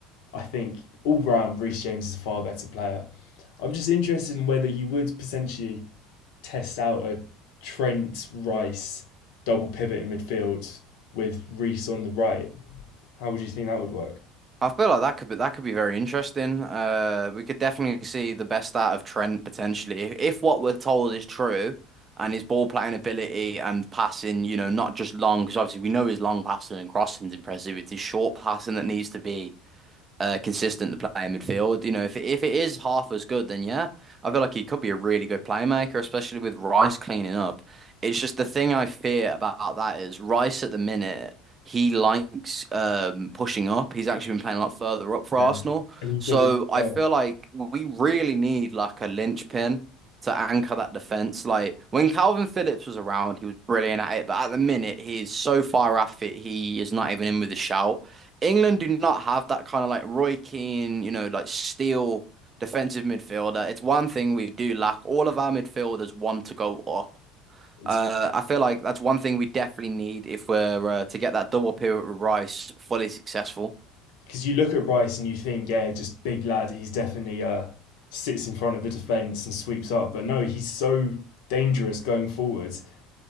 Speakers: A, on the left; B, on the right.
A: I think all round Reece James is a far better player. I'm just interested in whether you would potentially test out a Trent Rice double pivot in midfield with Reece on the right. How would you think that would work?
B: I feel like that could be that could be very interesting. Uh, we could definitely see the best out of Trent potentially if, if what we're told is true, and his ball playing ability and passing, you know, not just long because obviously we know his long passing and crossing's impressive. It's his short passing that needs to be uh, consistent to play in midfield. You know, if if it is half as good, then yeah, I feel like he could be a really good playmaker, especially with Rice cleaning up. It's just the thing I fear about that is Rice at the minute. He likes um, pushing up. He's actually been playing a lot further up for
A: Yeah.
B: Arsenal.
A: And he
B: So
A: does it
B: I
A: well.
B: feel like we really need like a linchpin to anchor that defense. Like when Calvin Phillips was around, he was brilliant at it, but at the minute he is so far off it, he is not even in with a shout. England do not have that kind of like Roy Keane, you know, like steel defensive midfielder. It's one thing we do lack. All of our midfielders want to go up.
A: It's
B: Uh, I feel like that's one thing we definitely need if we're uh, to get that double pivot with Rice fully successful.
A: because you look at Rice and you think, yeah, just big lad. He's definitely uh sits in front of the defense and sweeps up. But no, he's so dangerous going forwards.